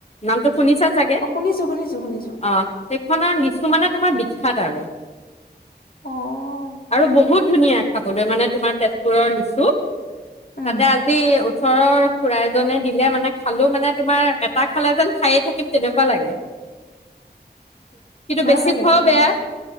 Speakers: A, on the left; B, on the left.
A: নামটো শুনিছা চাগে,
B: অ', শুনিছো শুনিছো শুনিছো
A: অ, সেইখনৰ নিচ তো মানে তোমাৰ বিখ্যাত আৰু।
B: অ',
A: আৰু বহুত ধুনীয়া, খাবলৈ মানে তোমাৰ তেজপুৰৰ লিচু,
B: উম,
A: তাতে আজি ওচৰৰ খুৰা এজনে দিলে মানে খালো মানে তোমাৰ এটা খালে যেন খায়ে থাকিম তেনেকুৱা লাগে। কিন্তু
B: ভাল
A: বেছি
B: লাগে
A: খোৱাও
B: তেনেকুৱা
A: বেয়া